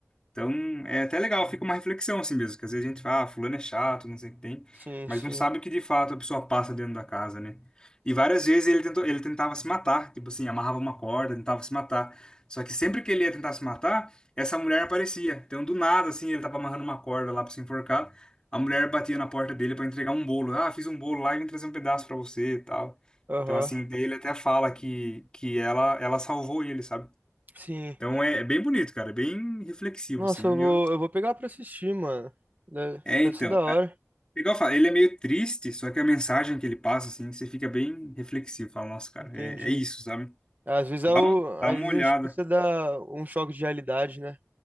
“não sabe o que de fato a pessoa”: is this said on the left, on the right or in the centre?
Left